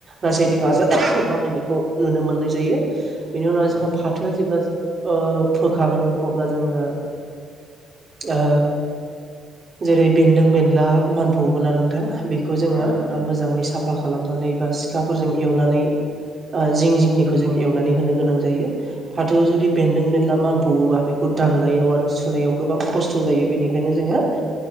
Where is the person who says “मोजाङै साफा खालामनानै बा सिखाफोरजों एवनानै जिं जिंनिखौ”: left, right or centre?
Right